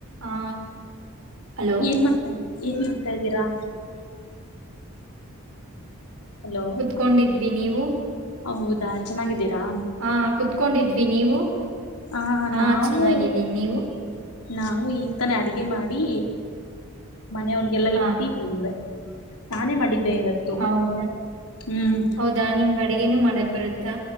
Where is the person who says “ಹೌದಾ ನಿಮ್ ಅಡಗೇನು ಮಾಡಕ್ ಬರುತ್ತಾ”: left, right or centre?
Right